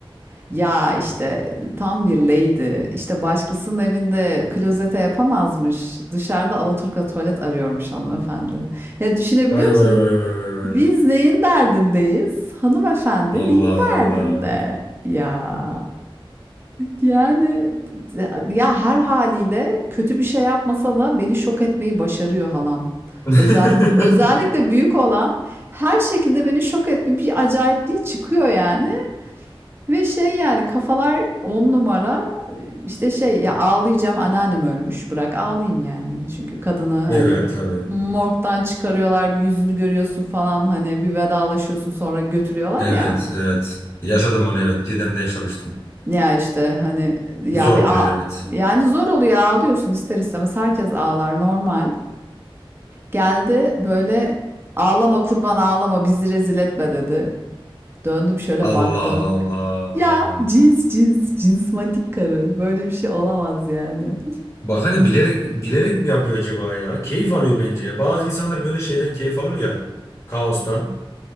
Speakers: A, on the right; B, on the left.
A: ya işte tam bir lady. İşte başkasının evinde klozete yapamazmış. Dışarıda alaturka tuvalet arıyormuş hanımefendi. Ya düşünebiliyor
B: Vay
A: musun?
B: vay vay vay vay vay.
A: Biz neyin derdindeyiz? Hanımefendi
B: Allah
A: neyin
B: Allah.
A: derdinde? Ya yani ya her haliyle kötü bir şey yapmasa da beni şok etmeyi başarıyor halam.
B: <laughs>
A: Özellikle özellikle büyük olan her şekilde beni şok etme bir acayipliği çıkıyor yani. Ve şey yani kafalar on numara işte şey ya ağlayacağım anneannem ölmüş bırak ağlayayım yani. Çünkü kadını hani
B: Evet tabii.
A: morgdan çıkarıyorlar bir yüzünü görüyorsun falan hani bir vedalaşıyorsun sonra götürüyorlar
B: Evet
A: ya.
B: evet. Yaşadım onu evet. Didem'de yaşamıştım.
A: Ya işte hani ya
B: Zor
A: bir
B: oluyor
A: ağ-
B: evet.
A: yani zor oluyor ağlıyorsun ister istemez herkes ağlar normal. Geldi böyle ağlama kurban ağlama bizi rezil etme dedi. Döndüm şöyle
B: Allah
A: baktım.
B: Allah.
A: Ya cins cins cinsmatik karı böyle bir şey olamaz yani.
B: Bak hani bilerek bilerek mi yapıyor acaba ya? Keyif alıyor bence ya. Bazı insanlar böyle şeyden keyif alır ya. Kaostan.